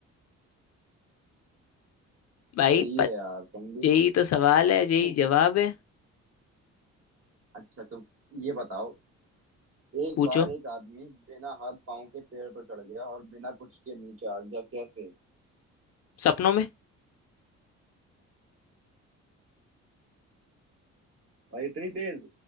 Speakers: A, on the left (about 55°); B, on the right (about 45°).
A: भाई
B: सही
A: पत
B: है यार तुम भी
A: यही तो सवाल है यही
B: <laughs>
A: जवाब है
B: अच्छा तो ये बताओ एक
A: पूछो
B: बार एक आदमी बिना हाथ पांव के पेड़ पर चढ़ गया और बिना कुछ के नीचे आ गया कैसे
A: सपनों में
B: भाई इतनी तेज